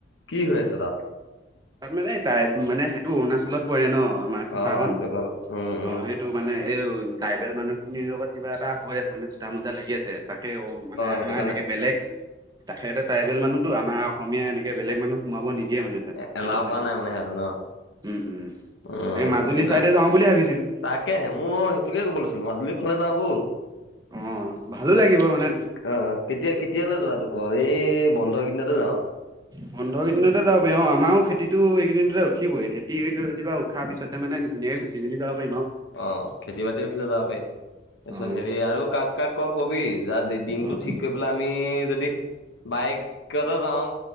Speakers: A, on the left (about 85°); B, on the right (about 20°).
A: কি হৈ আছে তাত?
B: তাত মানে তাই মানে সেইটো অৰুণাচলত পৰে ন। আমাৰ
A: অ',
B: চেঁচাকন।
A: সেইটো হয় বাৰু উম উম।
B: অ', হেতু মানে এই ট্ৰাইবেল মানুহখিনিৰ লগত কিবা এটা হৈ আছে মানে থোতা মোজা লাগি আছে। তাকে অ' মানে
A: সেইটো
B: আমাৰ
A: কাৰণে
B: এনেকে বেলেগ সিহঁতে ট্ৰাইবেল মানুহত আমাৰ অসমীয়া এনেকে বেলেগ মানুহ সোমাব নিদিয়ে মানে। তাত
A: এ-এলাও
B: সেইটো হৈছে।
A: কৰা নাই মানে সিহঁতে ন?
B: উম, উম,
A: উম
B: এনেকে মাজুলী
A: এইবিলাক
B: ছাইডে যাওঁ বুলি ভাবিছিলোঁ।
A: তাকেহে ময়ো সেইটোকে ক'ব লৈছিলো মাজুলী মুখলৈ যাওঁ। ব'ল
B: অ', ভালো লাগিব মানে
A: অ', কেতিয়া কেতিয়ালৈ যোৱাটো কৰ এই বন্ধ কেইদিনতে যাওঁ।
B: বন্ধৰ কেইদিনতে যাব পাৰি অ' আমাৰো খেতিতো এইকেইদিনতে উঠিবই খেতি <unintelligible> উঠা পিছতে মানে ধুনীয়াকে গুচি মেলি যাব পাৰিম আৰু।
A: অ', খেতি বাতি উঠিলে যাব পাৰি। তাৰপিছত
B: অ',
A: হেৰি আৰু কাক কাক ক কবি যাৰ দিনটো
B: অ',
A: ঠিক কৰি পেলাই আমি যদি বাইকতে যাওঁ